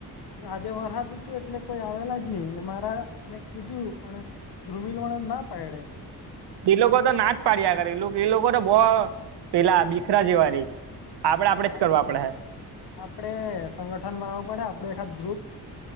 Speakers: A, on the left; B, on the right.
A: હવે આજે વરહાદ હતું એટલે કોઈ આવેલા જ નહીં, ને મારા મેં કીધું પણ ધ્રુમિલ વાળાન ના પાયડે.
B: એ લોકોતો નાચ પાડ્યા કરેએ એ લોકો તો બો પેલા બીખરા જેવારે. આપડે આપડે જ
A: આ-
B: કરવા આપડે હે.
A: આપડે સંગઠન બનાવવું પડે, આપડું એકાદ ગ્રુપ.